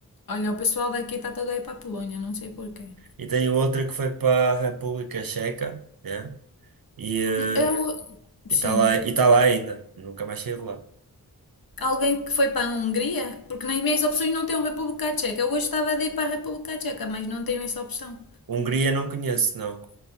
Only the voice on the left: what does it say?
Olha, o pessoal daqui está todo aí para a Polónia, não sei porquê.
Eu,
sim.
alguém que foi para a Hungria, porque nas minhas opções não tem a República Tcheca. Eu gostava de ir para a República Tcheca, mas não tenho essa opção.